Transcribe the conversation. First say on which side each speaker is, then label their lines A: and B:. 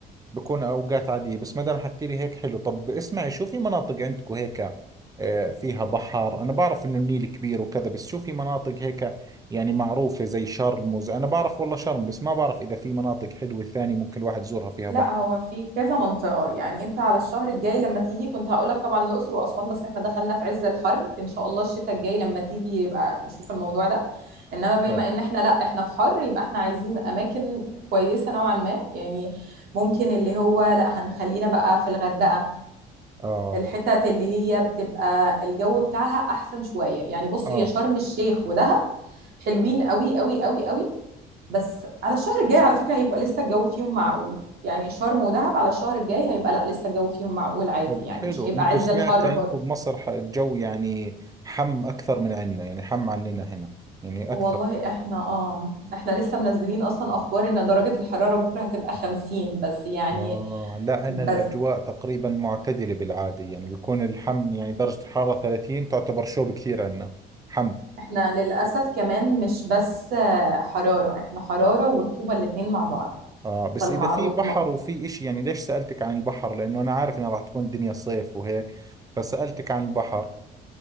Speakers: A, on the right; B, on the right.
A: بكون أوقات عادية بس ما دام حكيت لي هيك حلو طب اسمعي شو في مناطق عندكم هيك آه، فيها بحر أنا بعرف إنه النيل كبير وكذا بس شو في مناطق هيك يعني معروفة زي شرم وز... أنا بعرف والله شرم بس ما بعرف إذا في مناطق حلوة ثانية ممكن الواحد يزورها فيها
B: لا
A: بحر
B: هو في كذا منطقة يعني انت على الشهر الجاي لما تيجي كنت هقولك طبعا الأقصر وأسوان بس احنا دخلنا في عز الحر ان شاء الله الشتاء الجاي لما تيجي يبقى نشوف الموضوع ده انما بما
A: آه
B: ان احنا لا احنا في حر يبقى احنا عايزين اماكن كويسة نوعا ما يعني ممكن اللي هو لا هنخلينا بقى في الغردقة
A: آه
B: الحتت اللي هي بتبقى الجو بتاعها احسن شوية يعني بص
A: آه
B: هي شرم الشيخ ودهب حلوين قوي قوي قوي قوي بس على الشهر الجاي على فكرة هيبقى لسه الجو فيهم معقول يعني شرم ودهب على الشهر الجاي هيبقى لا لسه الجو فيهم معقول عادي
A: طب
B: يعني
A: حلو
B: مش هيبقى
A: انتوا
B: عز
A: سمعت
B: الحر
A: انتوا
B: برضه
A: بمصر ح- الجو يعني حم اكثر من عندنا يعني حم عننا هنا يعني
B: والله
A: اكثر
B: احنا اه احنا لسه منزلين اصلا اخبار ان درجة الحرارة بكرة هتبقى 50 بس يعني
A: اه لا عندنا
B: بس
A: الاجواء تقريبا معتدله بالعاده يعني بيكون الحم يعني درجه الحراره 30 تعتبر شوب كثير عندنا حم
B: احنا للأسف كمان مش بس آه، حرارة احنا حرارة ورطوبة الاتنين مع بعض
A: اه بس
B: فالمع
A: اذا في بحر
B: ما
A: وفي اشي يعني ليش سالتك عن البحر لانه انا عارف انها راح تكون الدنيا صيف وهيك فسالتك عن البحر